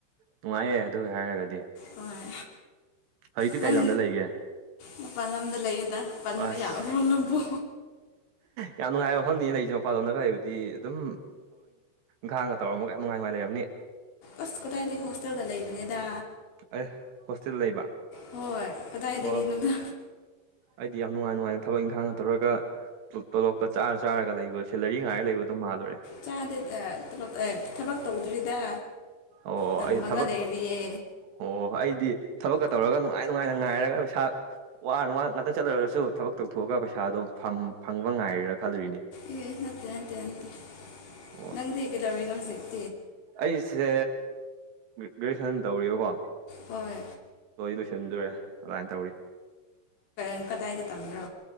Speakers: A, on the right; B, on the left.
A: ꯅꯨꯡꯉꯥꯏꯌꯦ ꯑꯗꯨ ꯍꯥꯏꯔꯒꯗꯤ
B: ꯍꯣꯏ
A: ꯍꯧꯖꯤꯛꯇꯤ
B: ꯅꯪ
A: ꯀꯩ ꯂꯝꯗ ꯂꯩꯒꯦ
B: ꯃꯄꯥꯜ ꯂꯝꯗ ꯂꯩꯌꯦꯗ ꯄꯟꯕ
A: ꯑꯁ
B: ꯌꯥꯕ꯭ꯔꯣ ꯂꯝꯕꯨ
A: ꯌꯥꯝ ꯅꯨꯡꯉꯥꯏꯕ ꯃꯐꯝꯅꯤ ꯂꯩꯁꯦ ꯃꯄꯥꯥꯟꯂꯣꯝꯗꯒ ꯂꯩꯕꯥꯗꯤ ꯑꯗꯨꯝ ꯒꯥꯡꯒ ꯇꯧꯔꯝꯃꯥꯒ ꯌꯥꯝ ꯅꯨꯉꯥꯏ ꯉꯥꯏ ꯂꯩꯔꯕꯅꯤ
B: ꯑꯁ ꯀꯗꯥꯏꯗꯒꯤ ꯍꯣꯁꯇꯦꯜꯗ ꯂꯩꯕꯅꯦꯗ
A: ꯑꯦ ꯍꯣꯁꯇꯦꯜ ꯂꯩꯕ
B: ꯍꯣꯏ ꯀꯗꯥꯏꯗꯒꯤꯅꯣꯗ
A: ꯑꯣ ꯑꯩꯗꯤ ꯌꯥꯝ ꯅꯨꯡꯉꯥꯏ ꯅꯨꯡꯉꯥꯏꯅ ꯊꯕꯛ ꯏꯪꯈꯥꯡꯅ ꯇꯧꯔꯒ ꯇꯣꯂꯣꯞꯀ ꯆꯥꯔ ꯆꯥꯔꯒ ꯂꯩꯕꯁꯦ ꯁꯦꯂꯔꯤ ꯉꯥꯏꯔ ꯂꯩꯕꯗꯣ ꯃꯥꯜꯂꯨꯔꯦ
B: ꯆꯥꯗꯦꯗ ꯊꯕꯛ ꯇꯧꯗ꯭ꯔꯤꯗ
A: ꯑꯣ
B: ꯇꯝꯃꯒ
A: ꯑꯩ ꯊꯕꯛ
B: ꯂꯩꯔꯤꯌꯦ
A: ꯑꯣ ꯑꯩꯗꯤ ꯊꯕꯛꯀ ꯇꯧꯔꯒ ꯅꯨꯡꯉꯥꯏ ꯅꯨꯡꯉꯥꯏꯅ ꯉꯥꯏꯔꯒ ꯄꯩꯁꯥ ꯋꯥꯔꯅꯨꯡ ꯋꯥ ꯉꯥꯛꯇꯪ ꯆꯠꯂꯨꯔꯒꯁꯨ ꯊꯕꯛ ꯇꯧꯊꯣꯛꯑꯒ ꯄꯩꯁꯥ ꯗꯨ ꯐꯝ ꯐꯪꯕ ꯉꯥꯏꫪꯤꯔꯥ ꯈꯜꯂꯨꯔꯤꯅꯦ
B: ꯑꯦ ꯅꯠꯇꯦ ꯅꯠꯇꯦ ꯅꯇꯦ
A: ꯑꯣ
B: ꯅꯪꯗꯤ ꯀꯩꯗꯧꯔꯤꯅꯣ ꯍꯧꯖꯤꯛ
A: ꯑꯩꯁꯦ ꯒ꯭ꯔꯦꯖꯨꯋꯦꯁꯟ ꯇꯧꯔꯤꯕꯀꯣ
B: ꯍꯣꯏ
A: ꯂꯣꯏ ꯂꯣꯏꯁꯤꯟꯗꯨꯔꯦ ꯑꯗꯨꯃꯥꯏꯅ ꯇꯧꯔꯤ
B: ꯎꯝ ꯀꯗꯥꯏꯗ ꯇꯝꯕ꯭ꯔꯣ